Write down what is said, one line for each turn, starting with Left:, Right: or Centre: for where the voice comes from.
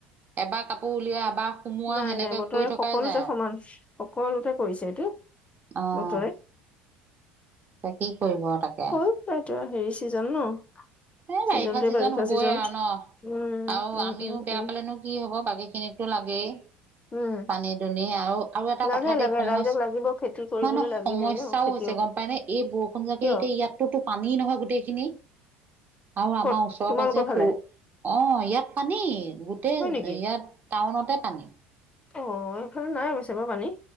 Right: এবাৰ কাপোৰ উলিয়াও, এবাৰ সুমোৱাও
Left: নাই
Right: সেনেকে
Left: নাই বতৰে
Right: কৰি থকাই
Left: সকলোতে
Right: যায়
Left: সমান
Right: আৰু।
Left: সকলোতে কৰিছে এইটো।
Right: অ'।
Left: বতৰে
Right: বাকী কৰিব আৰু তাকে।
Left: হ'ল তাইতো হেৰি ছিজন ন'।
Right: এ বাৰিষা
Left: ছিজনটোৱে
Right: চিজন হবই
Left: ছিজন।
Right: আৰু ন?
Left: উম,
Right: আৰু
Left: উম,
Right: আমিও
Left: উম,
Right: বেয়া
Left: উম,
Right: পালেনো কি হব বাকি এনেই টো লাগেই।
Left: উম,
Right: পানী দুনি আৰু আৰু এটা
Left: লাগে
Right: কথা
Left: লাগে
Right: দে, সমস্যা
Left: ৰাইজক লাগিব খেতি কৰিবলৈ
Right: নহ, নহ,
Left: লাগিবই
Right: সমস্যাও
Left: ন খেতিয়কক
Right: হৈছে গম পায় নে, এই বৰষুণ জাকে
Left: কিয়
Right: এতিয়া ইয়াতোতো পানী নহয় গোটেইখিনি। আৰু আমাৰ
Left: ক'ত
Right: ওচৰ
Left: তোমালোকৰ
Right: পাজৰে
Left: ফালে?
Right: সৰু, অ' ইয়াত পানী গোটেই
Left: হয় নেকি?
Right: ইয়াত টাউনতে পানী।
Left: অ', এইফালে নাই অৱশ্যে বাৰু পানী